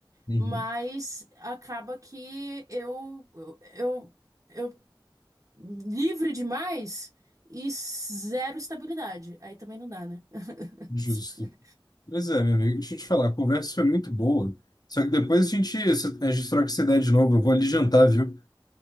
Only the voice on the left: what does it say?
uhum.
Justo. Pois é, meu amigo, deixa eu te falar, a conversa foi muito boa. Só que depois a gente, a gente troca essa ideia de novo. Eu vou ali jantar, viu?